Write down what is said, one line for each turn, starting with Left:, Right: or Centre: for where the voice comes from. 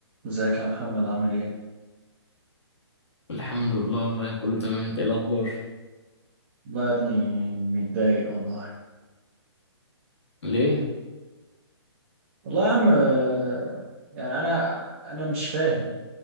Right: ازيك يا محمد عامل ايه؟
Left: الحمد لله والله كله تمام انت ايه الاخبار
Right: والله يا ابني متضايق والله
Left: ليه
Right: والله يا عم آه، يعني انا انا مش فاهم